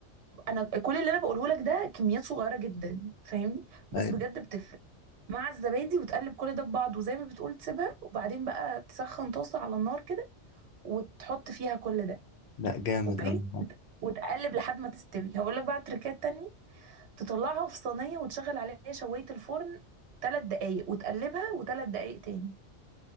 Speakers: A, on the right; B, on the left.
A: انا كل اللي انا بقوله لك ده كميات صغيره جدا فاهمني بس
B: أيوة
A: بجد بتفرق مع الزبادي وتقلب كل ده ببعض وزي ما بتقول تسيبها وبعدين بقى تسخن طاسه على النار كده وتحط فيها كل ده
B: لا جامد
A: اوكي
B: أنا
A: وتقلب لحد ما تستوي هقول لك بقى تريكات تانية تطلعها في صينيه وتشغل عليها شوايه الفرن ثلاث دقايق وتقلبها وثلاث دقايق تاني